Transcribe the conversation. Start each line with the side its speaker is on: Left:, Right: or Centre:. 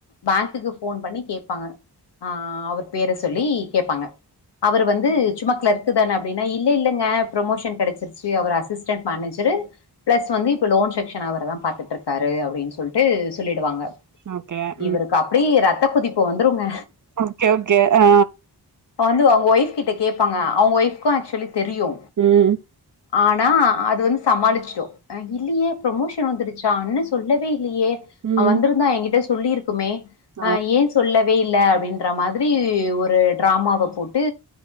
Left: பேங்க்குக்கு ஃபோன் பண்ணி கே்பாங்க ஆ அவர் பேர சொல்லி கேப்பாங்க அவரு வந்து சும்மா கிளர்க்கு தான அப்டின்னா இல்ல இல்லங்க ப்ரொமோஷன் கெடைச்சிருச்சு அவர் அசிஸ்டன் மேனேஜரு பிளஸ் வந்து இப்ப லோன் செக்க்ஷன அவர தான் பாத்துட்டுருக்காரு அப்டின்னு சொல்ட்டு சொல்லிடுவாங்க
Right: ஓகே. ம்.
Left: இவருக்கு அப்டியே ரத்த கோதிப்பு வந்துருங்க
Right: ஓகே, ஓகே. ஆ.
Left: வந்து அவ்ங்க ஒய்ஃப் கிட்ட கேப்பாங்க அவங்க ஒய்ஃப்க்கு ஆக்சுவலீ தெரியு
Right: ம்,
Left: ஆனா அது வந்து சமாலிச்சோ இல்லையே ப்ரமோஷன் வந்துடுச்சா அண்ண சொல்லவே இல்லயே
Right: ம்.
Left: அவ வந்துருந்தா எங்க்கிட்ட சொல்லியிருக் க்குமே
Right: ஆ.
Left: ஏன் சொல்லே <unintelligible> இல்ல அப்டின்ற மாதிரி ஒரு ட்ராமாவ போட்டு